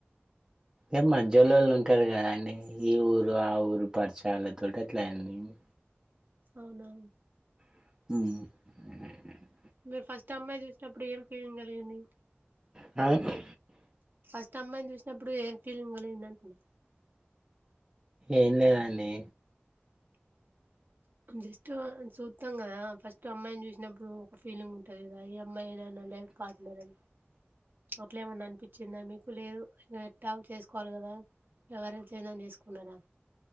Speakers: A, on the right; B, on the right.
A: ఇ మధ్యలోళ్ళు ఉంటారు కదండి, ఈ ఊరు, ఆ ఊరు పరిచయాలతోటి అట్ల అందింది.
B: అవునా!
A: మ్
B: మీర్ ఫస్ట్ అమ్మాయి చూసినప్పుడు, ఏం ఫీలింగ్ కలిగింది?
A: నాదె
B: ఫస్ట్ అమ్మాయిని చూసినప్పుడు ఏర్ ఫీలింగ్ కలిగింది అంటున్న.
A: ఏం లేదండి.
B: జస్ట్ సుత్తం కదా ఫస్ట్ అమ్మాయిని చూసినప్పుడు ఒక ఫీలింగ్ ఉంటుంది కదా! ఈ అమ్మాయేనా నా నా లైఫ్ పార్ట్నర్ అని. అట్లేమన్నా అనిపించిందా మీకు? లేదు ఇంగ ఎట్టాగో చేసుకోవాలి కదా ఎవరైతేనన్ చేసుకున్నా?